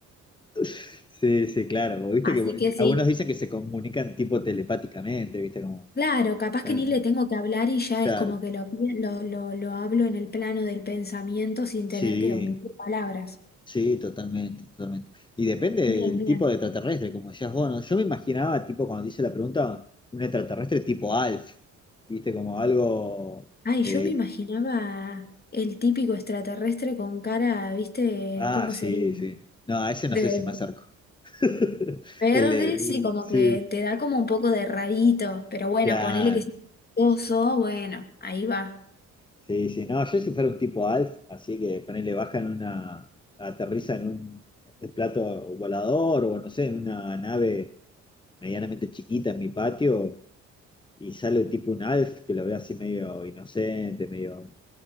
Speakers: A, on the left; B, on the left.
A: Sí, sí, claro. Viste
B: Así
A: que eh,
B: que sí,
A: algunos dicen que se comunican tipo telepáticamente, viste como.
B: claro, capaz
A: eh.
B: que ni le tengo que hablar y ya
A: Claro,
B: es como que lo, pi- lo, lo, lo hablo en el plano del pensamiento sin
A: sí,
B: tener que omitir palabras.
A: sí, totalmente, totalmente. Y depende del
B: Bien, bien.
A: tipo de extraterrestre, como decías vos, ¿no? Yo me imaginaba, tipo, cuando te hice la pregunta, un extraterrestre tipo Alf, ¿viste? Como algo...
B: Ay,
A: eh,
B: yo me imaginaba el típico extraterrestre con cara, ¿viste?
A: ah,
B: ¿Cómo
A: sí,
B: sería?
A: sí. No, a ese
B: De
A: no sé si me acerco. <laughs>
B: verde,
A: El de-
B: sí, como
A: sí,
B: que te da como un poco de rarito, pero bueno,
A: claro.
B: ponele que es oso, bueno, ahí va,
A: Sí, sí. No, yo si fuera un tipo Alf, así que ponele, baja en una... aterriza en un en plato volador o no sé, en una nave medianamente chiquita en mi patio. y sale tipo un Alf que lo veo así medio inocente, medio